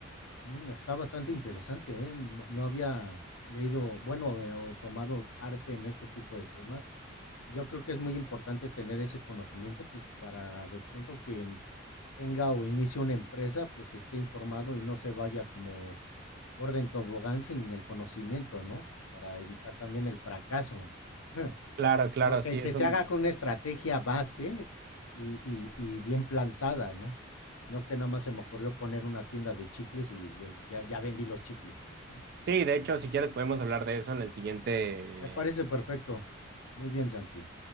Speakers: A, on the left; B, on the right.
A: Mm, está bastante interesante, ¿eh? No no había leído, bueno, eh, o tomado parte en este tipo de temas. Y Yo creo que es muy importante tener ese conocimiento, pues para de pronto quien tenga o inicie una empresa, pues esté informado y no se vaya como orden tobogán sin el conocimiento, ¿no? Para evitar también el fracaso. <laughs>
B: Claro, claro,
A: ¿no? Que,
B: sí, es
A: que se
B: un...
A: haga con una estrategia base y, y, y bien plantada, ¿no? No que nada más se me ocurrió poner una tienda de chicles y ya, ya, ya vendí los chicles, ¿no?
B: Sí, de hecho, si quieres podemos hablar de eso en el siguiente
A: Me parece perfecto. Muy bien, Santi.